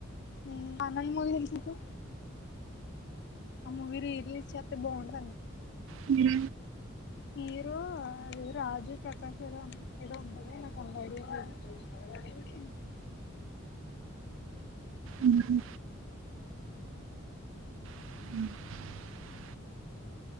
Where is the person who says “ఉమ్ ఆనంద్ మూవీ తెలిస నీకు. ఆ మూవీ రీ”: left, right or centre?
Left